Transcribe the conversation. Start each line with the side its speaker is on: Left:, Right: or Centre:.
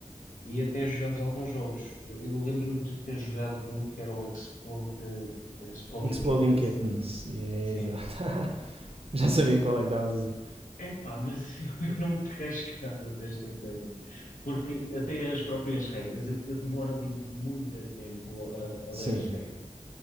Left: E até jogámos alguns jogos. Eu lembro-me de ter jogado um que era o Explode, Exploding
Right: Exploding
Left: Kittens.
Right: Kittens. Yeah,
Left: Sim.
Right: exato. <laughs> já sabia qual é que davas a dizer.
Left: Epá, mas <laughs> eu não pesco nada desta coisa, porque até as próprias regras, eu, eu demoro ali muito tempo a, a
Right: Sim.
Left: ler as regras.